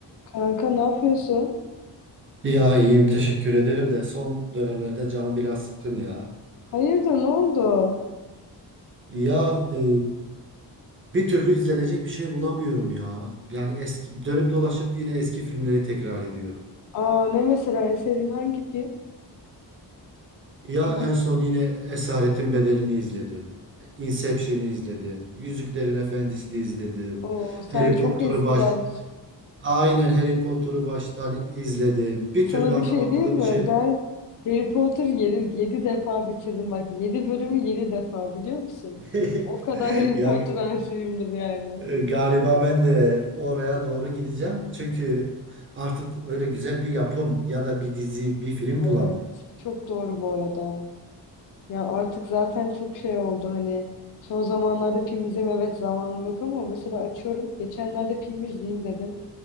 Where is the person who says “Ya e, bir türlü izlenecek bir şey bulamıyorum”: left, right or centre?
Right